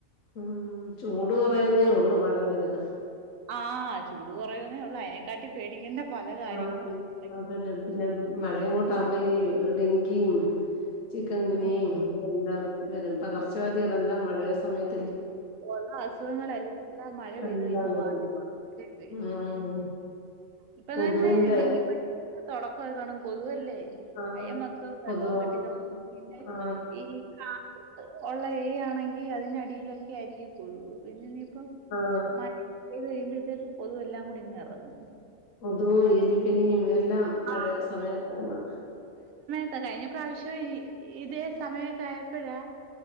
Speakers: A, on the left; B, on the right.
A: ഉം ചൂട് കുറയുന്നേ ഉള്ളു മഴ പെയ്താ
B: ആ ചൂട് കുറയന്നേ ഉള്ളൂ അതിനെക്കാട്ടി പേടിക്കേണ്ട പല കാര്യങ്ങളും
A: ആ
B: അതിന്റെ ഇടയ്ക്കുണ്ട്.
A: അതന്നെ പിന്നെ മഴയങ്ങോട്ട ആകുമ്പോ ഈ ഡെങ്കിയും ചിക്കൻ
B: പിന്നെ
A: ഗുനിയും അതെല്ലാം വരും പകർച്ചവ്യാധികളെല്ലാം മഴയ സമയത്ത്
B: ഉള്ള അസുഖങ്ങളെളല്ലാം മഴ പെയ്ത്
A: എല്ലാം
B: പെയ്തു കഴിയുമ്പോൾ
A: വരുന്നു
B: മല പോലെ വരും
A: ഉം
B: ഇപ്പൊ
A: കൊതുവിന്റെ
B: തന്നെ ഡെങ്കി പനി ഒക്കെ തുടക്കമായിക്കണ കൊതുവല്ലേ
A: ആ
B: <unintelligible> മൊത്തവും
A: കൊതുവാണ്
B: വെള്ളവും കെട്ടിക്കട പിന്നെ
A: ആ
B: ഈ കാ <unintelligible> ഉള്ള എരി ആണെങ്കിൽ ഈ അതിനടിയിലൊക്കെ ആയിരിക്കും കൊതു പിന്നെ ഇപ്പത്
A: ആ
B: മഴ പെയ്തു കഴിയുമ്പോ ത്തേക്ക് കൊതുതവെല്ലാം കൂടി ഇങ്ങങ് ഇറങ്ങും
A: കൊതും എലിപ്പനി എല്ലാം മഴയ
B: ആ
A: സമയത്താണ്
B: ത്ത കഴിഞ്ഞ പ്രാവശ്യം ഇതേ സമയൊക്കെ ആയപ്പോഴാ